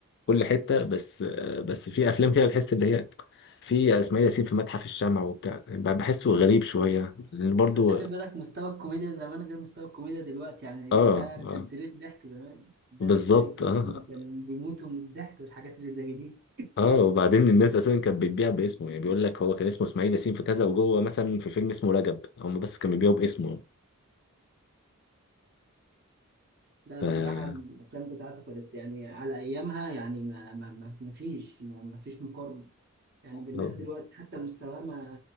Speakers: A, on the left; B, on the right.
A: كل حته بس آه، بس في افلام كده تحس اللي هي في اسماعيل ياسين في متحف الشمع وبتاع ب- بحسه غريب شويه لأن برضو
B: بس خلي
A: اه
B: بالك مستوى الكوميديا زمان غير مستوى الكوميديا دلوقتي يعني
A: اه
B: ده كان صريخ ضحك زمان بس
A: بالظبط
B: فاهم زمان
A: اه
B: كان بيموتوا من الضحك والحاجات اللي زي دي
A: اه وبعدين الناس اساسا كانت بتبيع باسمه يعني بيقول لك هو كان اسمه اسماعيل ياسين في كذا وجوه مثلا في فيلم اسمه رجب هم بس كانوا بيبيعوا باسمه
B: لا الصراحة
A: ف
B: الأفلام بتاعته كانت يعني على أيامها يعني ما ما ما ما فيش ما ما فيش مقارنة يعني بالناس
A: آه،
B: دلوقتي حتى مستواه ما